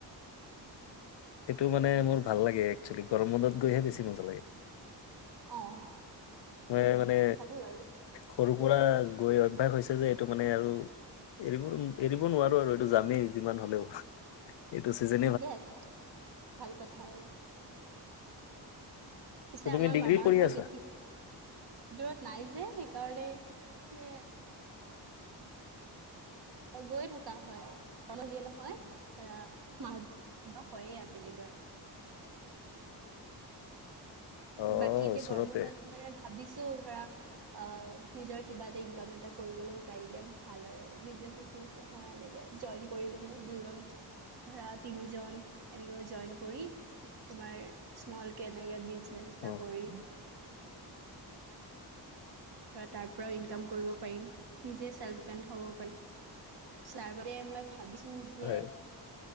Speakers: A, on the left; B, on the right.
A: সেইটো মানে মোৰ ভাল লাগে এক্চুৱেলি, গৰম বন্ধত গৈহে বেছি মজা লাগে।
B: অ'।
A: মই মানে,
B: ভালেই বাৰু
A: সৰু পৰা গৈ অভ্যাস হৈছে যে এইটো মানে আৰু এৰিব, এৰিব নোৱাৰো আৰু এইটো যামেই, যিমান হ'লেও। এইটো চিজে
B: ঠিকে আছে। ভাল কথা আৰু। পিছে
A: তুমি
B: আমাৰ
A: ডিগ্ৰী
B: মামা
A: পঢ়ি
B: ঘৰ
A: আছা
B: বেছি, দূৰত নাই যে সেইকাৰণে, মানে গৈ থকা হয়, সলনিয়ে নহয়। ধৰা, মাহত <unintelligible> হয়ে আৰু তেনেকৈ।
A: অ
B: বাকী এতিয়া
A: ওচৰতে
B: গৰম বন্ধত মানে ভাবিছো, ধৰা অ', নিজৰ কিবা এটা ইনকাম এটা কৰিবলও পাৰিলে ভাল আৰু বিজনেছ চিজনেচ ধৰা এনেকে, জইন কৰি কেনে দুজন, ধৰা তিনিজন। এনেকে জইন কৰি, তোমাৰ স্মলকে এনেকে বিজনেচ এটা
A: অ
B: কৰি ধৰা, তাৰ পৰাও ইনকাম কৰিব পাৰিম, নিজে চেল্ফ ডিপেণ্ড হ'ব পাৰিম। <unintelligible> মই ভাবিছো যে,
A: হয়